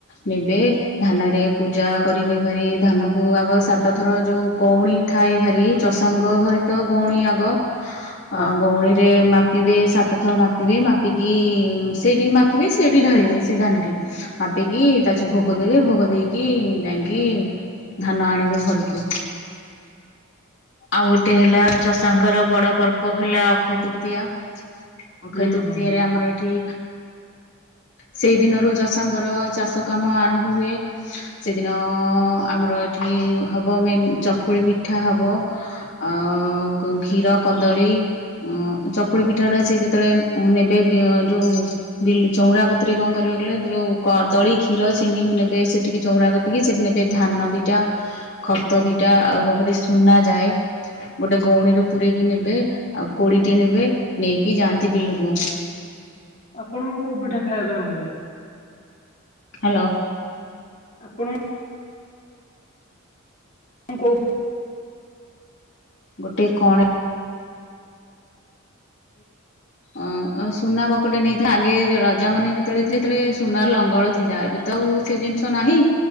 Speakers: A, on the left (about 55°); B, on the left (about 35°).
A: ନେବେ ଧାନରେ ପୂଜା କରିବେ ଭାରି ଧାନକୁ ଆଗ ସାତଥର ଯୋଉ ଗଉଣୀ ଥାଏ ଭାରି ଚଷାଙ୍କ ଘରେ ତ ଗଉଣୀ ଆଗ
B: <inaudible>
A: ଆଉ ଗଉଣୀ ରେ ମାପିବେ ସାତ ଥର ମାପ ମାପିବେ, ମାପିକି ସେଇଠି ମାପିବେ ସେଇଠି ଢାଳିବେ ସେ ଧାନରେ ମାପିକି ତାଛୁ ଭୋଗ ଦେବେ, ଭୋଗ ଦେଇକି ଯାଇକି ଧାନ ଆଣିବେ ଘରକୁ। ଆଉ ଗୋଟେ ହେଲା ଚଷାଙ୍କର ବଡ ପର୍ବ ହେଲା ଅକ୍ଷୟ ତୃତୀୟା। ଅକ୍ଷୟ
B: ହୁଁ
A: ତୃତୀୟାରେ
B: ହୁଁ
A: ରେ ଆମର ଏଠି
B: <inaudible>
A: ସେଇ ଦିନରୁ ଚଷାଙ୍କର ଚାଷ କାମ ଆରମ୍ଭ ହୁଏ। ସେଦିନ ଆମର ଏଠି ହବ ମେନ୍ ଚକୁଳି ପିଠା ହବ। ଆ କ୍ଷୀର କଦଳୀ, ଚକୁଳି ପିଠାଟା ଅଛି ଯେ ଯେତେବେଳେ ନେବେ ବେ ଯେଉଁ ବିଲ ଚଉରା କତିରେ କଣ କରିବେ କହିଲ ଯଉ କଦଳି, କ୍ଷୀର, ଚିନି ନେବେ ସେଠିକି ଚଉରା କତି ସେଠି ନେବେ ଧାନ ଦିଟା, ଖତ ଦିଟା ଆଉ ବକଟେ ସୁନା ଯାଏ। ଗୋଟେ ଗଉଣୀରେ ପୁରେକି ନେବେ ଆଉ କୋଡିଟେ ନେବେ ନେଇକିଯାନ୍ତି। ନ୍ତି ବିଲ କୁ
B: ଆପଣଙ୍କୁ କୋଉ ପିଠା ଖାଇବା ପାଇଁ ଭଲ ଲାଗେ?
A: ହାଲୋ।
B: ଆପଣ କଁ କହୁ
A: ଗୋଟେ କଣ ଅ ସୁନା ବକଟେ ନେଇଥା, ଆଗେ ରଜା ମାନେ ଯେତେବେଳେ ଥିଲେ, ସେତେବେଳେ ସୁନାର ଲଙ୍ଗଳ ଥିଲା, ଏବେ ତ ଆଉ ସେ ଜିନିଷ ନାହିଁ।